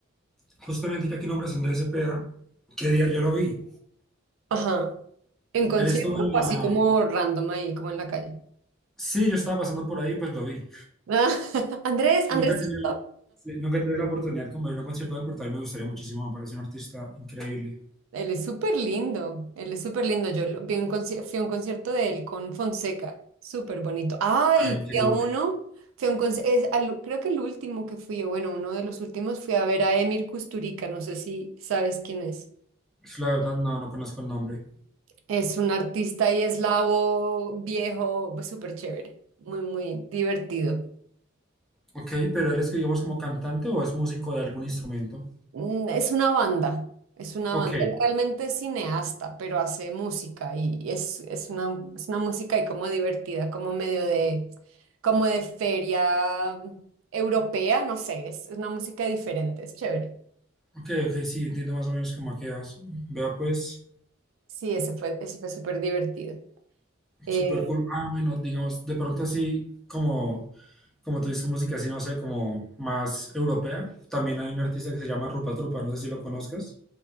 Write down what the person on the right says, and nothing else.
Ajá. En concierto,
o
así como random ahí, como en la calle.
<laughs> Andrés, Andrés.
Él es súper lindo, él es súper lindo. Yo lo- vi un conci- fui a un concierto de él con Fonseca, súper bonito. Ay,
fui a uno, fui a un conci- es al- creo que el último que fui, o bueno, uno de los últimos, fui a ver a Emir Kusturica, no sé si sabes quién es.
Es un artista y eslavo, viejo, súper chévere, muy, muy divertido.
Mm, Es una banda, es una
banda. Él realmente es cineasta, pero hace música y y es, es una, es una música y como divertida, como medio de, como de feria europea, no sé, es, es una música diferente, es chévere.
Sí, ese fue, ese fue súper divertido. Eh,